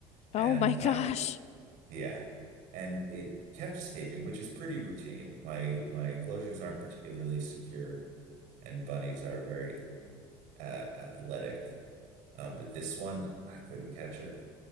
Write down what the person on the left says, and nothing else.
Oh my gosh.